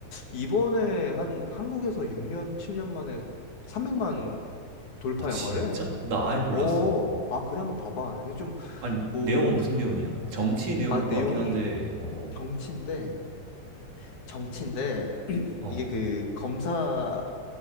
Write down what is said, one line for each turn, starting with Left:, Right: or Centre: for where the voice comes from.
Left: 이번에 한 한국에서 6년 7년 만에 300만 돌파
Right: 아, 진짜?
Left: 영화래.
Right: 나 아예 몰랐어.
Left: 어, 아 그래 한번 봐봐. 이게 좀
Right: 아니,
Left: 뭐,
Right: 내용은 무슨 내용이야? 정치 내용일
Left: 아
Right: 것
Left: 내용이
Right: 같긴 한데, 어,
Left: 정치인데 정치인데
Right: 어,
Left: 이게
Right: 어.
Left: 그 검사